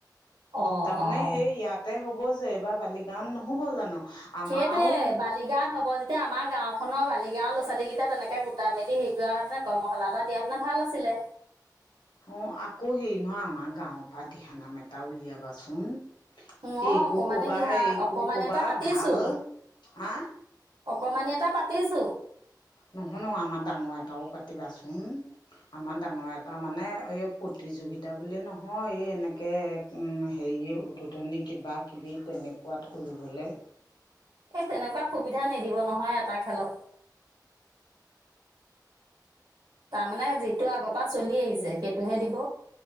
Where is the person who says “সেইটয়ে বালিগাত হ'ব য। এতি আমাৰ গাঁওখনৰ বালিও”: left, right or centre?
Right